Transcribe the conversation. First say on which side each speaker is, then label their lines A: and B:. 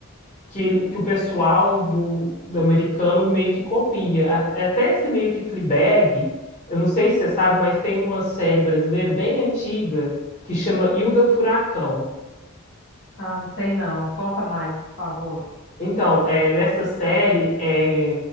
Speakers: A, on the left; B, on the left.
A: que, que o pessoal do, do americano meio que copia. A- Até esse meio que Fleabag, eu não sei se você sabe, mas tem uma série brasileira bem antiga que chama Hilda Furacão.
B: Ah, não sei não. Conta mais, por favor.
A: Então, é, nessa série, é,